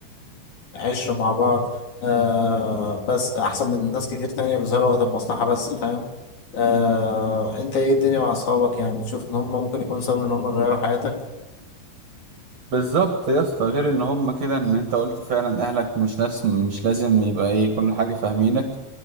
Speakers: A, on the left (about 50°); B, on the right (about 50°).
A: وعشرة مع بعض آه بس أحسن من ناس كتير تانية بيظهروا وقت المصلحة بس فاهم آه انت ايه الدنيا مع اصحابك يعني بتشوف ان هم ممكن يكون سبب ان هم يغيروا حياتك
B: بالظبط يا اسطى غير ان هم كده ان انت قلت فعلا اهلك مش لازم مش لازم يبقى ايه كل حاجة فاهمينك